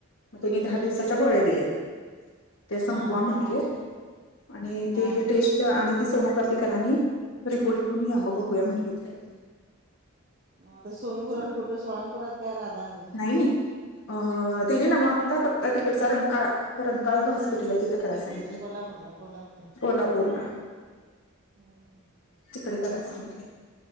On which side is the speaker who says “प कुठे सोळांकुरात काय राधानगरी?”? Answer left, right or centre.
Right